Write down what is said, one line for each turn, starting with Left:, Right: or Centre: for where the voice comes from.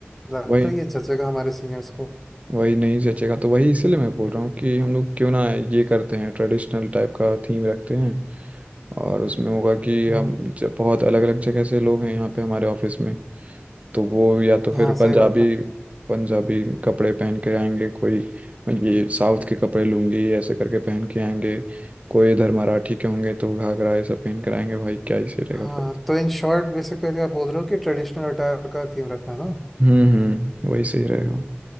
Centre: लगता
Right: वही
Centre: है ये जचेगा हमारे सीनियर्स को
Right: वही नहीं जचेगा तो वही इसीलिए मैं बोल रहा हूँ कि हम लोग क्यों ना ये करते हैं ट्रेडिशनल टाइप का थीम रखते हैं और उसमें होगा कि
Centre: हम्म
Right: हम जब बहुत अलग अलग जगह से लोग हैं यहाँ पे हमारे ऑफिस में तो वो या तो फिर
Centre: हाँ सही
Right: पंजाबी
Centre: बात है
Right: पंजाबी कपड़े पहन के आएंगे कोई ये साउथ के कपड़े लूंगी ऐसे करके पहन के आएंगे कोई इधर मराठी के होंगे तो घाघरा ये सब पहन कर आएंगे भाई क्या ही सही रहेगा
Centre: हाँ
Right: फिर
Centre: तो इन शॉर्ट बेसिकली आप बोल रहे हो कि ट्रेडिशनल अटायर का थीम रखना है ना
Right: हम्म हम्म वही सही रहेगा